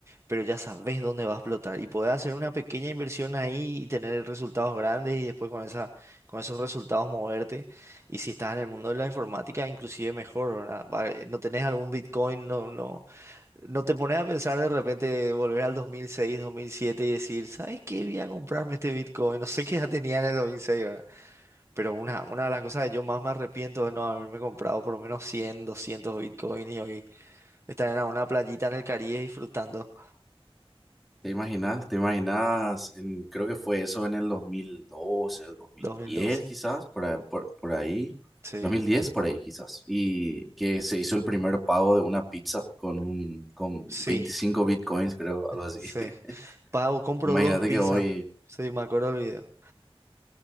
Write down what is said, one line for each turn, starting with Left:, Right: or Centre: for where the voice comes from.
Right: pero ya sabes dónde va a explotar y podés hacer una pequeña inversión ahí y tener resultados grandes y después con esa, con esos resultados moverte. Y si estás en el mundo de la informática, inclusive mejor, ¿verdad? Va- eh, No tenés algún Bitcoin, no, no. ¿No te pones a pensar de repente volver al 2006, 2007 y decir, ¿sabes qué? Voy a comprarme este Bitcoin. No sé qué ya tenía en el 2006, ¿verdad? Pero una, una de las cosas que yo más me arrepiento es no haberme comprado por lo menos 100, 200 Bitcoin y hoy estar en una playita en el Caribe disfrutando
Centre: ¿Te imaginas? ¿Te imaginas? en- creo que fue eso en el dos dos mil doce, dos mil
Right: 2012.
Centre: diez, quizás, por, a- por, por ahí.
Right: Sí,
Centre: dos mil diez por ahí quizás. Y que se hizo el primer pago de una pizza con, un, con
Right: sí,
Centre: 25 bitcoins, creo, algo así.
Right: sí.
Centre: <laughs>
Right: Pago, compro
Centre: Imagínate
Right: dos pizzas.
Centre: que hoy,
Right: Sí, me acuerdo del video.